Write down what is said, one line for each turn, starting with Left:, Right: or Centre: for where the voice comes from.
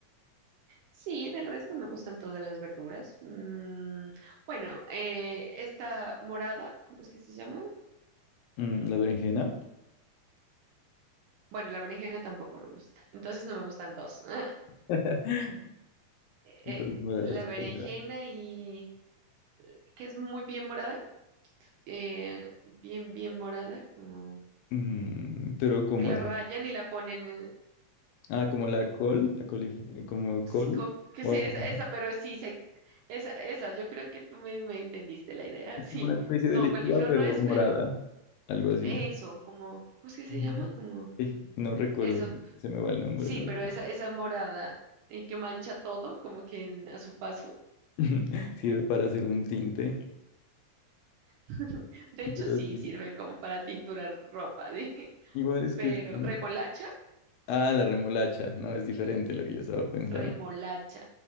Right: Sí, del resto me gustan todas las verduras. Mm, bueno, eh, esta morada, ¿cómo es que se llama?
Left: Mm, la berenjena.
Right: Bueno, la berenjena tampoco me gusta. Entonces no me gustan dos. <laughs>
Left: <laughs>
Right: Eh,
Left: Entonces, moradas,
Right: la berenjena
Left: colorado.
Right: y que es muy bien morada, eh, bien, bien morada, como
Left: Mm, pero como
Right: que la
Left: es?
Right: rayan y la ponen, eh,
Left: Ah, como la col, la colif- como
Right: sí,
Left: col,
Right: co- que
Left: o
Right: sé,
Left: algo
Right: esa,
Left: así.
Right: esa, pero sí, sé- esa, esa, yo creo que tú me, me entendiste la idea,
Left: Es
Right: <laughs> sí.
Left: como una especie
Right: No,
Left: de lechuga,
Right: coliflor
Left: pero
Right: no es,
Left: morada,
Right: pero
Left: algo así.
Right: eso, como, ¿cómo es que se
Left: Ujú.
Right: llama? Como...
Left: Sí, no recuerdo,
Right: Eso,
Left: se me va el nombre,
Right: sí,
Left: la verdad.
Right: pero esa, esa morada eh, que mancha todo, como que en- a su paso.
Left: <laughs> Sirve para hacer un tinte,
Right: <laughs> De hecho,
Left: pero
Right: sí
Left: sí,
Right: sirve como para tinturar ropa, <laughs> dije.
Left: igual es
Right: Pero,
Left: que... no-
Right: ¿remolacha?
Left: Ah, la remolacha, no, es diferente lo que yo estaba pensando.
Right: Remolacha.